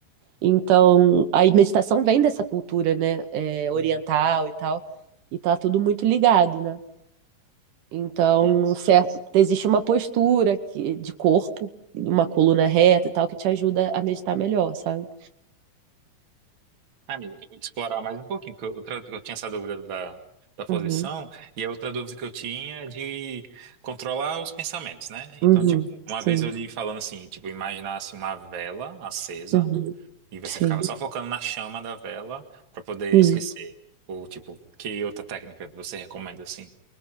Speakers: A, on the right; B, on the right.
A: Então, a meditação vem dessa cultura, né? é, oriental
B: Uhum.
A: e tal. E tá tudo muito ligado, né? Então,
B: Nossa.
A: certo, existe uma postura que, de corpo, uma coluna reta e tal, que te ajuda a meditar melhor, sabe?
B: Ah, amigo, tem que explorar mais um pouquinho, porque outra, eu tinha essa dúvida da, da posição,
A: Uhum.
B: e a outra dúvida que eu tinha é de controlar os pensamentos, né?
A: Uhum,
B: Então, tipo, uma vez
A: sim,
B: eu li falando assim, tipo, imaginasse uma vela acesa,
A: uhum,
B: E você
A: sim,
B: ficava só focando na chama da vela pra poder
A: sim.
B: esquecer. Ou, tipo, que outra técnica você recomenda, assim?